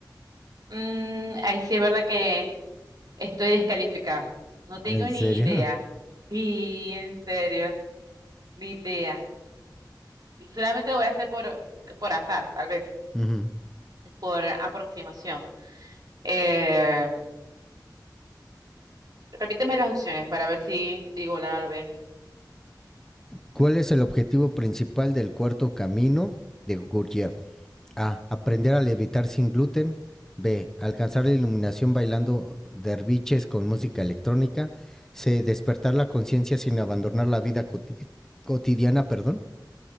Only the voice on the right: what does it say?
Mm, ay, sí, es verdad que estoy descalificada. No tengo
ni
idea. Sí, en serio, ni idea. Y Solamente lo voy a hacer por, por azar, tal vez,
por aproximación. Eh, repíteme las opciones para ver si digo la A o la B.